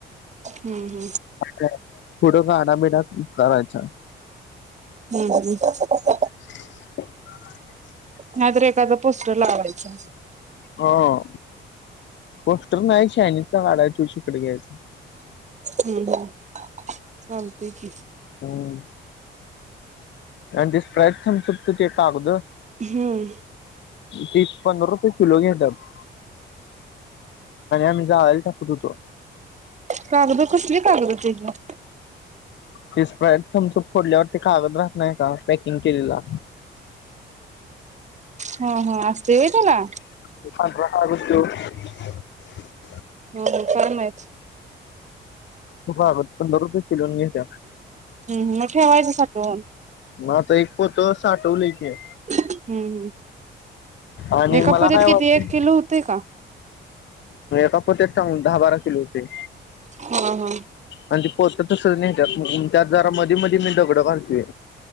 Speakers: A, on the right; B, on the left.
A: हम्म हम्म
B: <unintelligible> पुुढं गाडा भेट् त्यात करायचा
A: हुम्म् हुम्म्
B: <unintelligible>
A: नाही तर एखादा पोस्टर लावायचा
B: हां पोस्टर नाही चायनीजचा काढाय तोच इकडे घ्यायचा
A: हम्म हम् <inaudible> चालतंय की
B: हम्म आणि ते स्प्राईट थमसप ते कागद
A: हुम्म
B: तीस पंधरा रुपये किलो घेत्यात आम्ही जाळे टाकत होतो
A: कागद कसली कागद त्याच्यात?
B: ती स्प्राईट थम्स अप फोडल्यावरती कागद राहत नाही का पॅकिंग केलेला?
A: ह ह असतय होय त्याला
B: <unintelligible>
A: हो हो काय माहित
B: हो बाबा पंधरा रुपये किलोनी घेत्यात
A: हम्म हम्म म ठेवायचं साठवून
B: मग आता एक पोत साठवलय की
A: हम्म हम्म
B: आणि
A: एका
B: मला
A: पोत्यात
B: काय
A: किती?
B: वाटतंय
A: एक किलो होतय का?
B: <unintelligible> एक सांगून दहा बारा किलो होतय
A: <inaudible> हा हा
B: आणि ते पोत तसंच नेत्यात त्यात जरा मधी -मधी मी दगड घालतोय